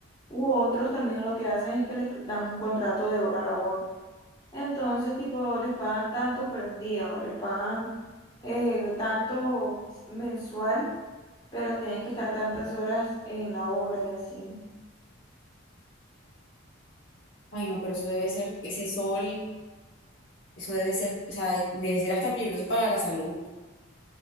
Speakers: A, on the left; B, on the left.
A: U otros también lo que hacen es que les dan un contrato de hora labor. Entonces, tipo, les pagan tanto por el día o les pagan eh, tanto mensual, pero tienen que estar tantas horas en la obra y así.
B: Ay, no, pero eso debe ser, ese sol, eso debe ser, o sea, debe ser hasta peligroso para la salud.